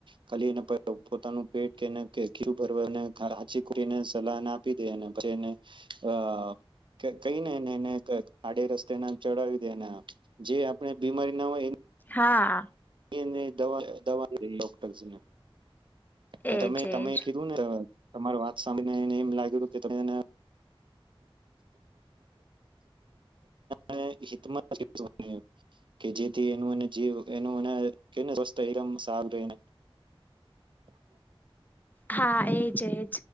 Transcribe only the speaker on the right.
ખાલી એ પોતાનું પેટ કી ભરવા ઘર હાચી ને સલાહ ના આપી દે અને પછી એને અહ કઈનેને એને આડે રસ્તે ના ચડાવી દે ને જે આપણે બીમારી ના હોય એ
એ ને દવા દવા દે ડોક્ટર્સ ને. તો
તમે તમે
કીધું ને તમાર વાત સાંભળનેને એમ લાગ્યું કે તમે એને <inaudible> કે જેથી એને એનું જીવ એનું એને કેવું સ્વસ્થ આઈ રામ સાફ રહેને. <inaudible>